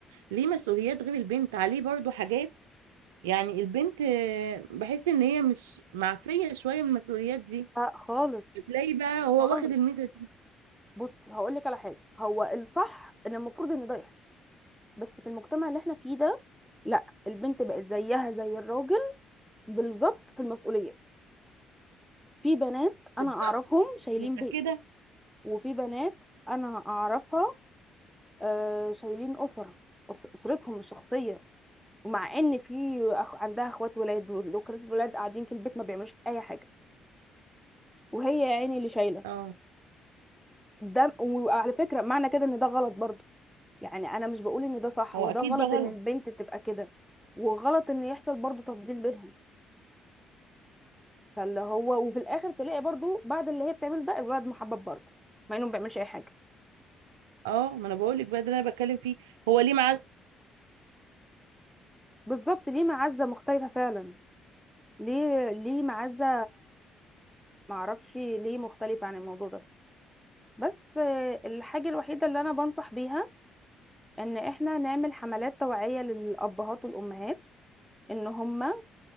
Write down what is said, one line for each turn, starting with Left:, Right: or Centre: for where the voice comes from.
Right: ليه مسؤوليات غير البنت عليه برضو حاجات يعني البنت آه، بحس ان هي مش معفيه شويه من المسؤوليات دي
Centre: آه خالص
Right: بتلاقي بقى هو
Centre: خالص
Right: واخد الميزه
Centre: بصي هقول لك على حاجه هو الصح ان المفروض ان ده يحصل بس في المجتمع اللي احنا فيه ده لا البنت بقت زيها زي الراجل بالظبط في المسؤوليه في بنات انا
Right: بالظبط
Centre: اعرفهم شايلين
Right: متأكدة
Centre: بيت وفي بنات انا اعرفها آه، شايلين أسر أس- أسرتهم الشخصية ومع إن في أخ... عندها إخوات ولاد وأخوات الولاد قاعدين في البيت ما بيعملوش أي حاجة وهي يا عيني اللي شايلة
Right: اه
Centre: ده وعلى فكرة معنى كده إن ده غلط برضه يعني أنا مش بقول إن ده صح
Right: هو
Centre: هو
Right: أكيد
Centre: ده غلط
Right: ده غلط
Centre: إن البنت تبقى كده وغلط إن يحصل برضه تفضيل بينهم فاللي هو وفي الآخر تلاقي برضه بعد اللي هي بتعمله ده الولد محبب برضه مع إنه ما بيعملش أي حاجة
Right: اه ما أنا بقول لك بقى ده اللي أنا بتكلم فيه هو ليه معاه
Centre: بالظبط ليه معزة مختلفة فعلا ليه ليه معزة معرفش ليه مختلف عن الموضوع ده بس آه، الحاجة الوحيدة اللي أنا بنصح بيها إن إحنا نعمل حملات توعية للأبهات والأمهات إن هما